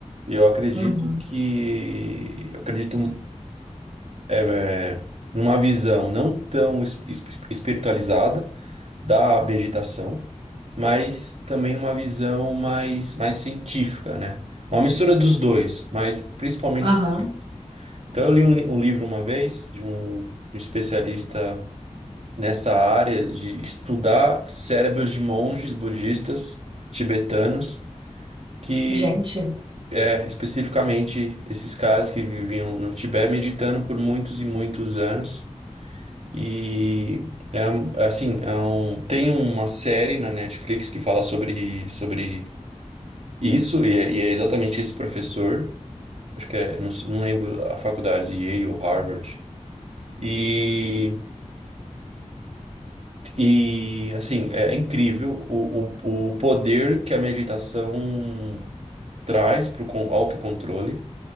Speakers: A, on the right; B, on the right.
A: E eu acredito
B: Uhum.
A: que... Eu acredito é, é, numa visão não tão es- es- espiritualizada, da meditação, mas também uma visão mais, mais científica, né? Uma mistura dos dois, mas principalmente
B: Aham.
A: científica. Então, eu li um, li- um livro uma vez de um especialista nessa área de estudar cérebros de monges budistas tibetanos, que
B: Gente,
A: é especificamente esses caras que viviam no Tibete meditando por muitos e muitos anos. E é é assim, é um- tem uma série na Netflix que fala sobre, sobre isso, e é, e é exatamente esse professor, acho que é, não, sei- não lembro a faculdade, Yale ou Harvard. E, e assim, é incrível o, o, o poder que a meditação traz para o autocontrole.